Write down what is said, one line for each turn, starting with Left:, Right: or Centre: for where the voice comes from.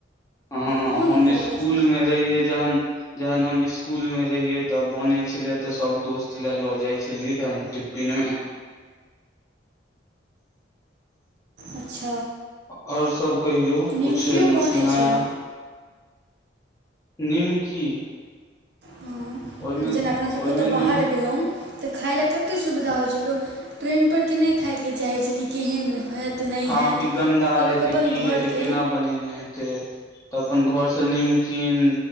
Left: हँ
Right: ओहो नीक
Left: हम
Right: लागै
Left: इसकुलमे
Right: छै
Left: रहियै जहन जहन हम स्कूल में रहिये तऽ बने छले ते सब दोस्त ले लो जाइ छलियै ह टिफिन मे।
Right: अच्छा।
Left: आ और सब कहियौ
Right: निमकियो
Left: कुछ न
Right: बनै
Left: नया
Right: छै
Left: निमकी
Right: हँ
Left: ओहिमे
Right: जेना अपनासभ
Left: ओहिमे
Right: कतो बाहर
Left: निम
Right: गेलों तऽ खाय लेल कत्ते सुविधा होइत छै लोक, ट्रेन पर कि नहि खायके चाहैत छै कि केहन हैत। नहि
Left: हँ
Right: हैत
Left: क गन्दा
Right: तऽ
Left: हेतै,
Right: लोक अपन
Left: की
Right: घरके
Left: हेतै, केना बनेने हेते। तऽ अपन घर से नीमकीन